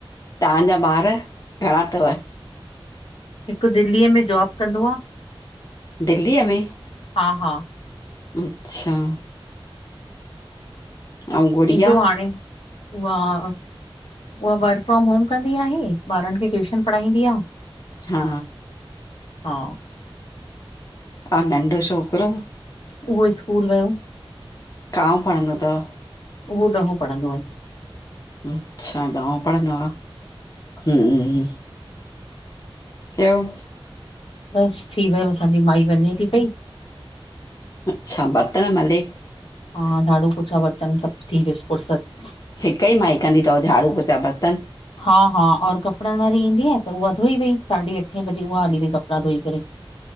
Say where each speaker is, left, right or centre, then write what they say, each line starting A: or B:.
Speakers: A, on the left; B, on the left.
A: तंजा ॿार घणा अथव?
B: हिकु दिल्लीअ में जॉब कंदो आ।
A: दिल्लीअ में?
B: हा-हा।
A: अच्छा। ऐं गुड़िया
B: ईंदो हाणे। उहा उहो वर्क फ्रॉम होम कंदी आहे, ॿारनि खे ट्यूशन पढ़ाईंदी आ।
A: हा।
B: हा।
A: ऐं नंढु छोकरो?
B: उहो स्कूल वियो।
A: कओ पणंदो अथव?
B: उहो ॾहो पढ़ंदो आहे।
A: अच्छा ॾओं पढ़ंदो आ। हम्म। ॿियो
B: बसि थी वियो असांजी माई वञे थी पई।
A: अच्छा, बर्तन मले?
B: हा, झाडू, पोछा, बर्तन सभु थी वियिस फुरसत।
A: हिकु ई माई कंदी अथव झाड़ू पोछा, बर्तन?
B: हा-हा, और कपिड़नि वारी ईंदी आहे त उहा धोई वई साढी अठे बजे उहा हली वई कपिड़ा धोई करे।